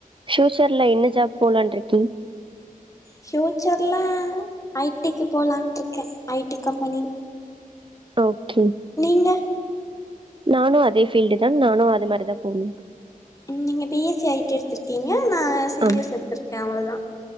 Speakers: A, on the right (about 35°); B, on the left (about 20°).
A: ஃயூச்சர்ல என்ன ஜாப் போலாருக்கீங்
B: பியூச்சர்ல ஐ டி க்கு போலான்ட்டு இருக்கே ஐ டி கம்பெனி
A: ஓகே
B: நீங்க
A: நானு அதே ஃபீல்டு தா நானு அது மாரி தா போணு
B: ம் நீங்க பி எஸ் சி ஐடி எடுத்திருக்கீங்க நா சீ
A: ஆ
B: எஸ் எடுத்திருக்கே அவ்ளதா